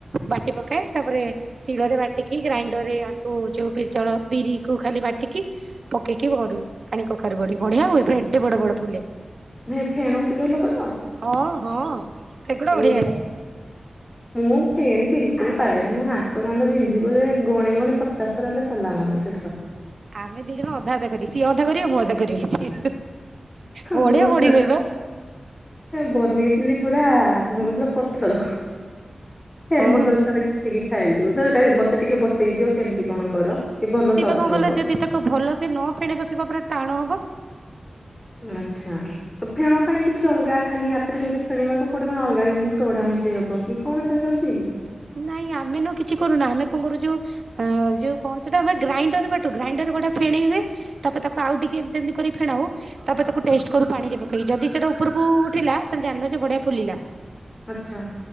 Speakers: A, on the right; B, on the left.
A: ବାଟି ପକାଏ ତାପରେ ଶିଳରେ ବାଟିକି ଗ୍ରାଇଣ୍ଡର ରେ ଆକୁ ଯୋଉ ବିରି ଚାଉଳ ବିରି କୁ ଖାଲି ବାଟିକି ପକେଇକି କରୁ ପାଣି କଖାରୁ ବଡି ବଢିଆ ହୁଏ ପୁରା ଏଡ଼େ ବଡ ବଡ ଫୁଲେ।
B: ନାଇଁ ଫେଣନ୍ତି ଭଲ କର?
A: ହଁ ହଁ ସେଗୁଡା
B: ଏ
A: ବଢିଆ
B: ବା ମୁଁ ଫେଣୀ ବିଲକୁଲ ପାରେନି ମୋ ହାତ କାନ୍ଧ ବିନ୍ଧିବ ଯେ ଗଣେଇ ଗଣ ପଚାଶ ଥର ହେଲେ ସଲା ମୋର ଶେଷ।
A: ଆମେ ଦି ଜଣ ଅଧା ଅଧା କରିବ ସିଏ ଅଧା କରିବେ ମୁଁ ଅଧା କରିବି। ବଢିଆ
B: ମୁଁ
A: ବଢିବେ
B: ଥରେ
A: ବା
B: ବନେଇଥିଲି। ପୁରା କଣ ହେଲା ପଥର ହେମ
A: ହଁ
B: ଦସ୍ତାରେ ଟିକେ ଖାଇଲୁ ତ ସେଟା ମତେ ଟିକେ ବତେଇ ଦିଅ କେମିତି କଣ କର? କି ଭଲ
A: ସେ
B: ସଫ୍ଟ
A: ବା କଣ କହିଲ
B: ହବ
A: ଯଦି ତାକୁ ଭଲସେ ନ ଫେନେଇବ ସେ ପା ପୁରା ଟାଣ ହବ।
B: ଆଚ୍ଛା। ତ ଫେଣ ପାଇଁ କିଛି ଅଲଗା ଖାଲି ହାତରେ ନିଜେ ଫେଣିବାକୁ ପଡିବନା ଅଲଗା ଯେମିତି ସୋଢା ମିଶେଇ ହବ କି? କଣ ସେମିତି ଅଛି କି?
A: ନାଇଁ ଆମେ ନ କିଛି କରୁନା ଆମେ କଣ କରୁଯୋଉ ଅ ଯୋଉ କଣ ସେଟା ଆମେ ଗ୍ରାଇଣ୍ଡର ବାଟୁ ଗ୍ରାଇଣ୍ଡର ଗୋଟା ଫେଣେଇ ହୁଏ। ତାପରେ ତାକୁ ଆଉ ଟିକେ ଏମତି ଏମିତି କରି ଫେଣାଉ ତାପରେ ତାକୁ ଟେଷ୍ଟ କରୁ ପାଣିରେ ପକେଇ ଯଦି ସେଟା ଉପରକୁ ଉଠିଲା ତାହେଲେ ଜାଣିଲ ଯେ ବଢିଆ ଫୁଲିଲା
B: ଆଛା।